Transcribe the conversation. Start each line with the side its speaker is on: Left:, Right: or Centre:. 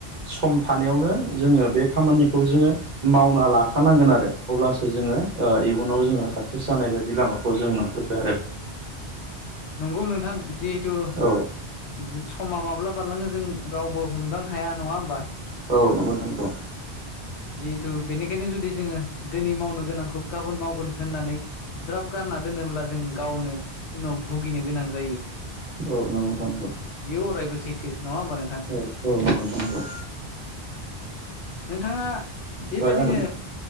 Right: सम थानायावनो जोङो बे खामानिखौ जोङो मावना लाखानांगोन आरो अब्लासो जोङो ओ इयुनाव जोङो साक्सेस जानाय बेबायदि लामाखौ जों नुहुरो आरो
Left: <inaudible> नंगौ नोंथां जिहेथु
Right: औ
Left: जो समा माब्ला बारलाङो जों रावबो हमदांनो हाया नङा होमबा
Right: औ नंगौ नोंथां‌ नंगौ
Left: जिहेथु बेनिखायनो जुदि जोङो दिनै मावनो गोनांखौ गाबोन मावगोन होननानै ज्राब गारना दोनोब्ला जों गावनो उनाव भुगिनो गोनां जायो
Right: औ नांगौ नोंथां नंगौ
Left: बेयो अरायबो सैथो नङा होमबा नोंथां
Right: औ औ नंगौ नोंथां नंगौ
Left: नोंथाङा
Right: ओमफ्राय
Left: बेबायदिनो
Right: आरो